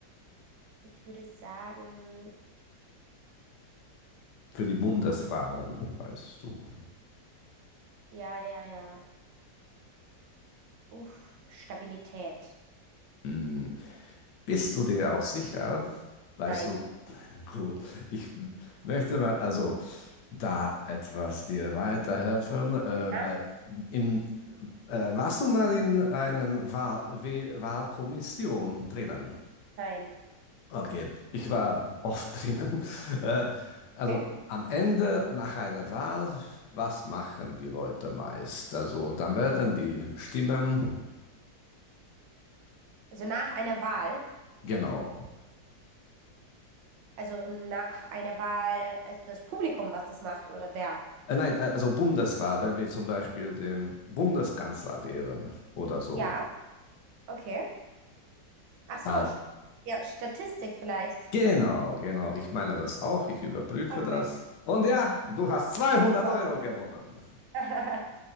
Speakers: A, on the right; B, on the left.
A: Ich würde sagen,
B: Für die Bundeswahlen,
A: ich würde,
B: weißt du.
A: ja, ja, ja. Uff, Stabilität.
B: Hm, Bist du dir auch sicher? Weißt
A: Nein.
B: du, gut, ich möchte mal also da etwas dir weiterhelfen, äh,
A: Ja?
B: weil in, äh, warst du mal in einer Wahl We- Wahlkommission drinnen?
A: Nein.
B: Okay, ich war oft drinnen. <laughs> Äh, also
A: Okay.
B: am Ende nach einer Wahl, was machen die Leute meist? Also dann werden die Stimmen,
A: Also nach einer Wahl.
B: genau.
A: Also nach einer Wahl, also das Publikum, was das macht oder wer?
B: Äh, nein, äh, also Bundeswahl, wenn wir zum Beispiel den Bundeskanzler wählen oder so.
A: Ja, okay. Ach so,
B: Dann,
A: st- ja, Statistik vielleicht.
B: genau, genau, ich meine das auch, ich überprüfe
A: Okay.
B: das. Und ja, du hast 200
A: Ja.
B: Euro gewonnen.
A: <laughs>